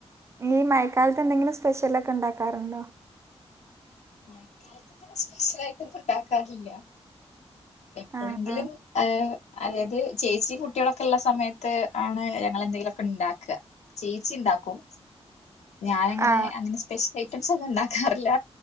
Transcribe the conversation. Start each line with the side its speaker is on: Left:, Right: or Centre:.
Right: ഈ മഴക്കാലത്ത് എന്തെങ്കിലും സ്പെഷ്യലൊക്കെ ഒണ്ടാക്കാറൊണ്ടോ?
Left: മഴക്കാലത്ത് പിന്നെ സ്പെഷ്യലായിട്ടൊന്നും ഉണ്ടാക്കാഇല്ല്യ എപ്പോഴെങ്കിലും
Right: ആ ആ
Left: ഏഹ് അല്ലാത് ചേച്ചി കുട്ടികളൊക്കെഒള്ള സമത്ത് ആണ് ഞങ്ങളെന്തെലുഒക്കെ ഉണ്ടാക്കാ ചേച്ചിയിണ്ടാക്കും ഞാനങ്ങനെ
Right: ആ
Left: അങ്ങനെ സ്പെഷ്യ ഐറ്റംസ് ഒന്നും ഉണ്ടാക്കാറില്ല